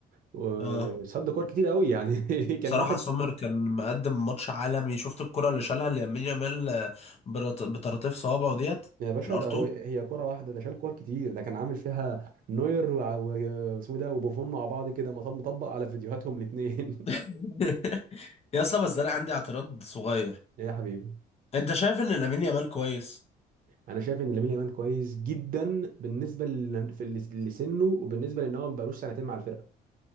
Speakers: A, on the right (about 55°); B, on the left (about 35°).
A: و-
B: اه
A: صد كور كتير قوي يعني <laughs> كان
B: بصراحه
A: واخد
B: سومر كان مقدم ماتش عالمي شفت الكره اللي شالها لامين يامال آه، برط- بطراطيف صوابعه ديت
A: يا باشا
B: الار
A: ده
B: 2
A: هو- هي كره واحده ده شال كور كتير ده كان عامل فيها نوير وع- و- واسمه إيه ده وبوفون مع بعض كده مطب- مطبق على فيديوهاتهم الاثنين
B: <laughs> يا اسطى بس انا عندي اعتراض صغير
A: ايه يا حبيبي
B: انت شايف ان لامين يامال كويس
A: انا شايف ان لامين يامال كويس جدا بالنسبه ل- في ال- لسنه وبالنسبه لان هو ما بقالوش سنتين مع الفرقه